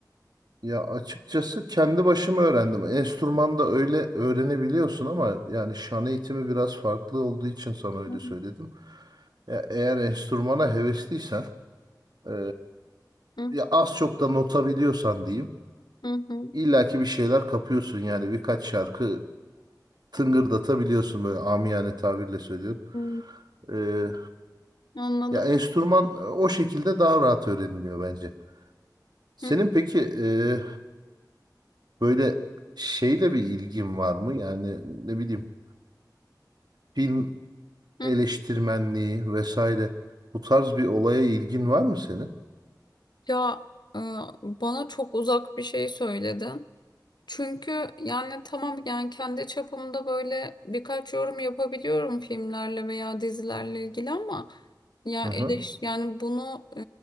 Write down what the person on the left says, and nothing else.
Hı
hı.
Hı hı.
Hı.
Anladım.
Hı
hı.
Ya e, bana çok uzak bir şey söyledin. Çünkü yani tamam yani kendi çapımda böyle birkaç yorum yapabiliyorum filmlerle veya dizilerle ilgili ama ya
eleş
yani bunu e,